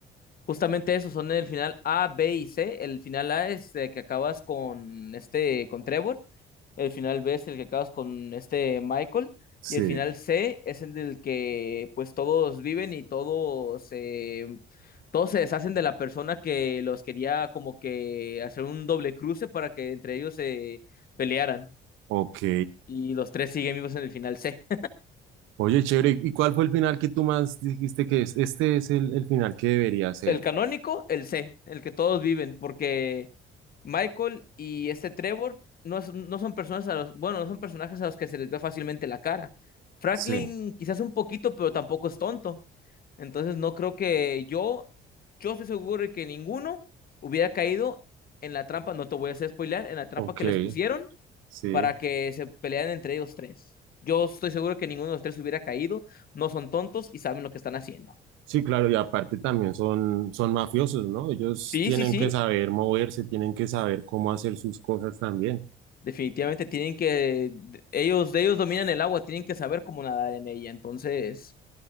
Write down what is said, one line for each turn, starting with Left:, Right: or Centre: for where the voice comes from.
Left: Justamente esos son el final A, B y C. El final A es el que acabas con este, con Trevor. El final B es el que acabas con este Michael.
Right: Sí,
Left: Y el final C es el del que pues todos viven y todos, eh, todos se deshacen de la persona que los quería como que hacer un doble cruce para que entre ellos se pelearan.
Right: ok.
Left: Y los tres siguen vivos en el final C.
Right: Oye, chévere, ¿y cuál fue el final que tú más dijiste que es? Este es el, el final que debería ser.
Left: El canónico, el C, el que todos viven, porque Michael y este Trevor no, es- no son personas a los, bueno, no son personajes a los que se les ve fácilmente la cara. Franklin
Right: Sí,
Left: quizás un poquito, pero tampoco es tonto. Entonces no creo que yo, yo estoy seguro de que ninguno hubiera caído en la trampa, no te voy a hacer spoilear, en la trampa
Right: ok,
Left: que les pusieron
Right: sí.
Left: para que se pelearan entre ellos tres. Yo estoy seguro que ninguno de los tres hubiera caído, no son tontos y saben lo que están haciendo.
Right: Sí, claro, y aparte también son, son mafiosos, ¿no? Ellos
Left: Sí,
Right: tienen
Left: sí, sí.
Right: que saber moverse, tienen que saber cómo hacer sus cosas también,
Left: Definitivamente tienen que, ellos, de ellos dominan el agua, tienen que saber cómo nadar en ella. Entonces,